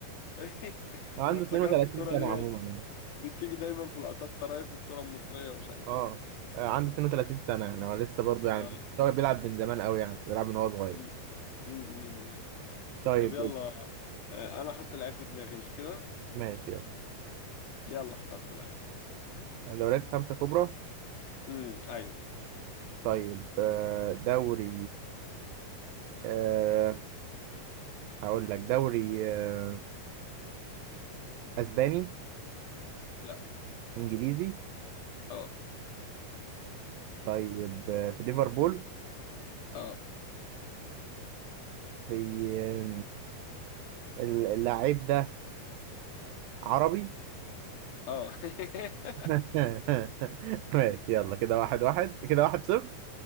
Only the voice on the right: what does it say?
هو عنده
32
سنة
عموما يعني
اه
آه، عنده 32 سنة يعني هو لسه برضه يعني
هو بيلعب من زمان قوي يعني بيلعب من هو صغير
طيب
ماشي يلا
دوريات خمسة كبرى
طيب آه، دوري أه هقول لك دوري آه، اسباني
انجليزي
طيب آه، في ليفربول
في آه، اللاعب ده عربي
<laughs> ماشي يلا كده واحد واحد كده واحد صفر